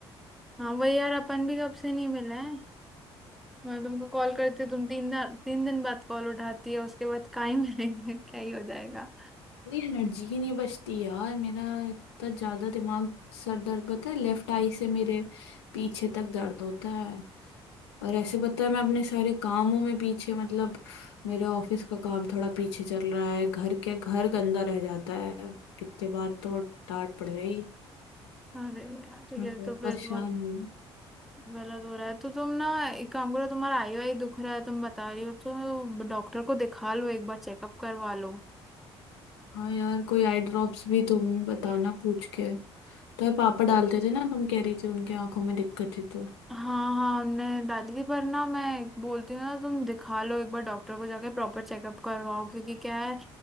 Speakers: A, in the centre; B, on the left.
A: हाँ वही यार अपन भी कब से नहीं मिले हैं मैं तुमको कॉल करती हूँ तुम तीन दिन तीन दिन बाद कॉल उठाती है उसके बाद कहाँ ही मिलेंगे <laughs> क्या ही हो जाएगा
B: मेरी एनर्जी ही नहीं बचती यार मेरा इतना ज्यादा दिमाग सर दर्द पता है लेफ्ट आई से मेरे पीछे तक दर्द होता है और ऐसे पता है मैं अपने सारे कामों में पीछे मतलब मेरा ऑफिस का काम थोड़ा पीछे चल रहा है घर के घर गंदा रह जाता है कितने बार तो डांट पड़ गई
A: अरे यार ठीक
B: मैं
A: है
B: बहुत
A: तो फिर
B: परेशान
A: बहुत
B: हूँ
A: गलत हो रहा है तो तुम ना एक काम करो तुम्हारा आई वाई दुख रहा है तुम बता रही हो तो डॉक्टर को दिखा लो एक बार चेकअप करवा लो
B: हाँ यार कोई आई ड्रॉप्स भी तुम बताना पूछ के तो ये पापा डालते थे ना तुम कह रही थी उनके आंखों में दिक्कत थी तो
A: हाँ हाँ हमने डाली थी पर ना मैं बोलती हूँ ना तुम दिखा लो एक बार डॉक्टर को जाके प्रॉपर चेकअप करवाओ क्योंकि क्या है